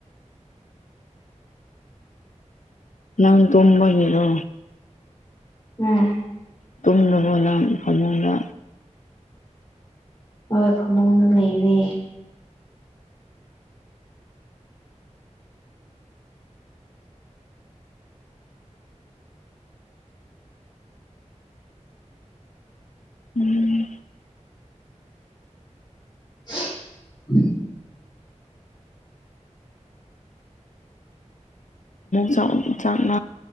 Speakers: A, on the left; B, on the left.
A: ꯅꯪ ꯇꯨꯝꯕꯒꯤꯗꯣ
B: ꯎꯝ
A: ꯇꯨꯝꯗꯅꯕꯅ ꯐꯃꯨꯡꯗ
B: ꯍꯣꯏ ꯐꯃꯨꯡꯗ ꯂꯩꯔꯦ
A: ꯎꯝ
B: <inaudible>
A: ꯆꯥꯛ